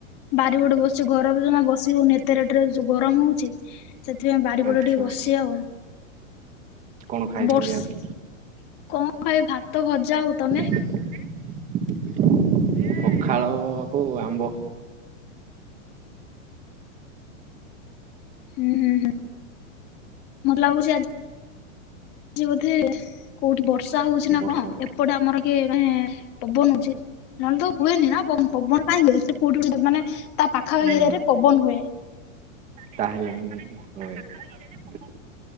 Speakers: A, on the left; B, on the right.
A: ବାରି ପଟେ ବସିଛି ଘରେ ଜମା ବସି ହଉନି ଏତେ ରେଟ ରେ ଯୋଉ ଗରମ ହଉଛି। ସେଥିପାଇଁ ବାରିପଟ
B: ଆଚ୍ଛା
A: ଟିକେ ବସିଛି ଆଉ।
B: କଣ ଖାଇଛନ୍ତି
A: ବର୍ଷ
B: ଆଜି?
A: କଣ ଖାଇ ଭାତ ଭଜା। ଆଉ ତମେ?
B: <unintelligible> ପଖାଳକୁ ଆମ୍ବ।
A: ହୁଁ- ହୁଁ- ହୁଁ ମତେ ଲାଗୁଛି ଆଜି ଆଜି ବୋଧେ କୋଉଠି ବର୍ଷା ହଉଛି ନା
B: ବର୍ଷା
A: କଣ ଏପଟେ ଆମର କିଏ ମାନେ ପବନ ହଉଛି ନହେଲେ ତ ହୁଏନି ନା ପବନ କାହିଁ ହୁଏ? ସେ କୋଉଠି ଗୋଟେ ମାନେ ତା ପାଖାପାଖି
B: ହୁଁ
A: ଏରିଆରେ ପବନ ହୁଏ।
B: ତାହେଲେ ହୁଏ।